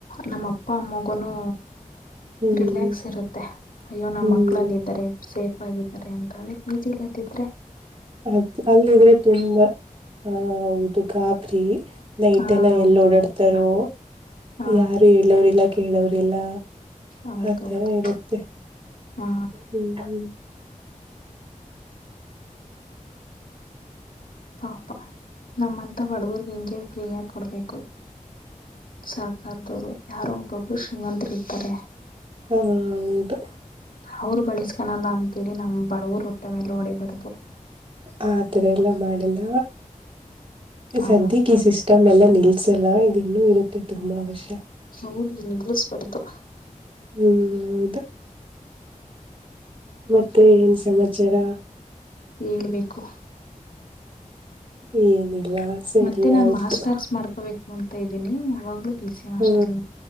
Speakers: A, on the left; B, on the right.
A: ನಮ್ಮ ಅಪ್ಪ ಅಮ್ಮಗನು
B: ಹ್ಮ್
A: ರಿಲ್ಯಾಕ್ಸ್ ಇರುತ್ತೆ ಅಯ್ಯೋ ನಮ್ಮ
B: ಹ್ಮ್
A: ಮಕ್ಳಲ್ಲ ಇದರೆ ಸೇಫ್ ಆಗ ಅಂತ ಪಿ ಜಿ ಲೀ ಇದ್ರೆ
B: ಅ ಅಲ್ಲಿದ್ರೆ ತುಂಬಾ ಆ ಹೌದು ಗಾಬರಿ ನೈಟ್
A: ಹಾ
B: ಎಲ್ಲ ಎಲ್ಲಿ ಓಡಾಡ್ತಾರೋ
A: ಹಾ
B: ಯಾರು ಹೇಳೋ್ರಲ್ಲ ಕೇಳೋವ್ರಲ್ಲ
A: ಹೌದೌದು
B: ಆ ತರ ಇರುತ್ತೆ
A: ಹಾ
B: ಹ್ಮ್ ಹ್ಮ್
A: ಪಾಪ ನಮ್ಮಂತ ಬಡವರ್ಗ್ ಹಿಂಗೆ ಫ್ರೀಯಗ ಕೊಡ್ಬೇಕು ಸರ್ಕಾರದವರು ಯಾರೋ ಒಬ್ಬೊಬ್ರು ಶ್ರೀಮಂತರಿರ್ತಾರೆ
B: ಹ ಹೌದು
A: ಅವರು ಬಳಸ್ಕನಲ್ಲ ಅಂತೇಳಿ ನಮ್ ಬಡವರು ಹೊಟ್ಟೆ ಮೇಲೆ ಹೊಡಿಬರದು
B: ಆತರ ಎಲ್ಲ ಮಾಡಲ್ಲ
A: ಹ
B: ಸದ್ಯಕ್ಕೆ ಈ ಸಿಸ್ಟಮ್ ಎಲ್ಲ ನಿಲ್ಸಲ್ಲ ಇದ ಇನ್ನು ಇರುತ್ಹೆ ತುಂಬ ವರ್ಷ
A: ಹೌದು ನಿಲ್ಲಿಸ್ಬಾರ್ದು
B: ಹ್ಮ್ಮ್ ಹೌದು ಮತ್ತೆ ಏನ್ ಸಮಾಚಾರ
A: ಹೇಳ್ಬೇಕು
B: ಏನಿಲ್ಲ ಸರಿ
A: ಮತ್ತೆ ನಾನ್
B: ಆಯ್ತು
A: ಮಾಸ್ಟರ್ಸ್ ಮಾಡ್ಕೋಬೇಕು ಅಂತ ಇದ್ದೀನಿ ಯಾವಾಗ್ಲೂ ಬಿ ಸಿ ಎಂ ಹಾಸ್ಟೆಲ್
B: ಹ